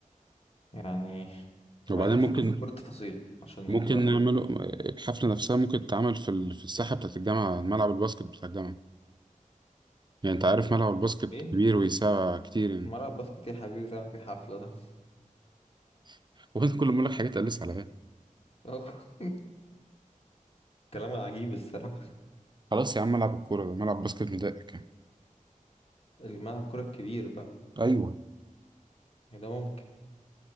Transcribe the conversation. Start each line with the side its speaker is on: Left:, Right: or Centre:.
Left: يعني طب
Right: وبعدين
Left: عايزين نفكر
Right: ممكن
Left: في كل التفاصيل عشان
Right: ممكن
Left: نروح
Right: نعمله
Left: لج...
Right: الحفلة نفسها ممكن تتعمل في ال- في الساحة بتاعة الجامعة ملعب الباسكت بتاع الجامعة يعني أنت عارف ملعب الباسكت
Left: إيه
Right: كبير ويسع كتير يعني
Left: ملعب باسكت إيه يا حبيبي فعلا في حفلة ده
Right: <laughs> وأنت كل ما أقول لك حاجات تقلس عليها
Left: <laughs> كلام عجيب الصراحة
Right: خلاص يا عم ملعب الكورة ده ملعب باسكت مضايقك يعني
Left: الملعب كرة الكبير بقى
Right: ايوه
Left: يعني ده ممكن